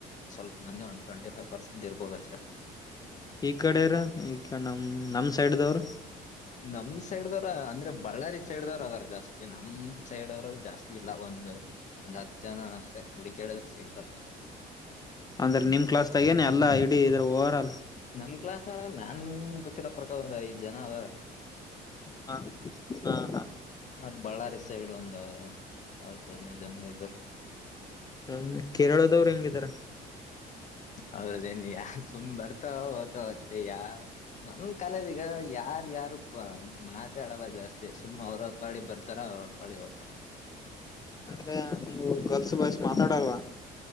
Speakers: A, on the left (about 45°); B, on the left (about 20°).
A: ಸ್ವಲ್ಪ ಮಂದಿ ಒಂದ್ ಟ್ವೆಂಟಿ ಫೈವ್ ಪರ್ಸೆಂಟ್ ಇರ್ಬೋದು ಅಷ್ಟೇ
B: ಈ ಕಡೆರ ಈ ನಮ ನಮ್ ಸೈಡ್ದವರು
A: ನಮ ಸೈಡ್ ದವರ ಅಂದ್ರೆ ಬಳ್ಳಾರಿ ಸೈಡ್ ದವರ ಅದಾರ ಜಾಸ್ತಿ ನಮ್ ಸೈಡ್ ಅವರು ಜಾಸ್ತಿ ಇಲ್ಲ ಒಂದ ಒಂದ್ ಹತ್ತು ಜನ ಅಷ್ಟೇ ಉುಡಿಕೇಳ ಸಿಗ್ತಾರ ಅಷ್ಟೆ
B: ಅಂದ್ರೆ ನಿಮ್ ಕ್ಲಾಸ್ ತಾಗೇನ ಎಲ್ಲಾ ಇಡೀ ಇದ್ರ ಓವರ್ಲ್
A: ನಮ್ ಕ್ಲಾಸ್ ನಾನ್ ಗೊತ್ತಿರ ಪ್ರಕಾರ ಒಂದ್ ಐದ್ ಜನ ಅದ
B: ಹಾ ಹಾ ಹಾ
A: ಮತ್ತ್ ಬಳ್ಳಾರಿ ಸೈಡ್ ಒಂದ ಆತದ್ನಿ ಜನ ಇದರು
B: ಹ ಕೇರಳದವರು ಹೆಂಗಿದಾರ
A: ಹೌದದೇನ್ ಯಾರ ಸುಂಬ್ ಬರ್ತಾವ ಓತಾವ ಅಷ್ಟೇ ಯಾ ನಮ ಕಾಲದಗ ಯಾರ ಯಾರು ಮಾತಾಡವ ಜಾಸ್ತಿ ಸುಮ್ಮ್ ಅವ್ರ ಹೊಪಾಳಿ ಬರ್ತಾರ ಅವ್ರ ಹೊಪಾಡಿ ಹೋಗ್ತಾರ ಅಷ್ಟೆ <inaudible>
B: ಅಂದ್ರೆ ನೀವು ಗರ್ಲ್ಸ್ ಬಾಯ್ಸ್ ಮಾತಾಡಲ್ವಾ